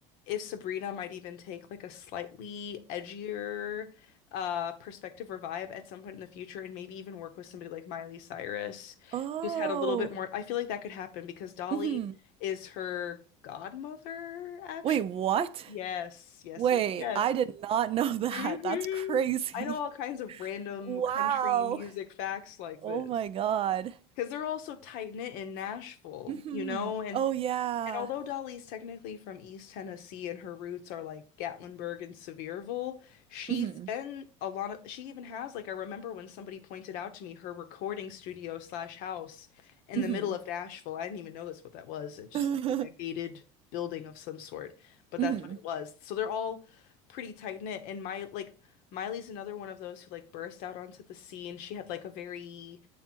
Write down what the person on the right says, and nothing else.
Oh.
hmm
Wait, what?
Wait,
I did not <laughs> know that.
That's crazy.
Wow.
Oh
my God.
hmm
Oh yeah.
hmm
hmm
<laughs>
hmm